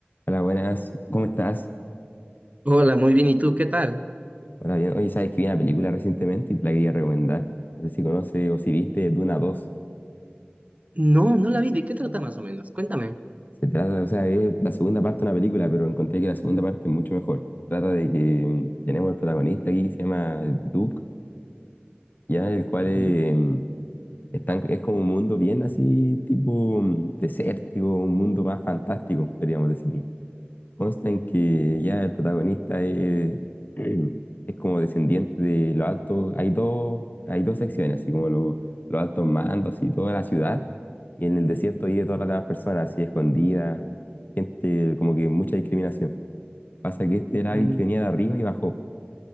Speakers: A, on the left (about 50°); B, on the right (about 35°).
A: Hola, buenas. ¿Cómo estás?
B: Hola, muy bien. ¿Y tú qué tal?
A: Hola, bien. Oye, sabes que vi una película recientemente y te la quería recomendar. No sé si conoces o si viste Duna dos,
B: No, no la vi. ¿De qué trata más o menos? Cuéntame.
A: Se trata, o sea, es la segunda parte de una película, pero encontré que la segunda parte es mucho mejor. Trata de que mm, tenemos el protagonista aquí que se llama Duke, ya el cual
B: Ujú,
A: eh, mm, está en- es como un mundo bien así, tipo mm, desértico, un mundo más fantástico, podríamos decir. Consta en que ya el protagonista es, <clears throat> es como descendiente de los altos. Hay dos, hay dos secciones, así como lo- los altos mandos y toda la ciudad. Y en el desierto vive todas las demás personas, así escondidas. Gente, como que mucha discriminación. Pasa que este era
B: mm,
A: alguien que venía de arriba y bajó.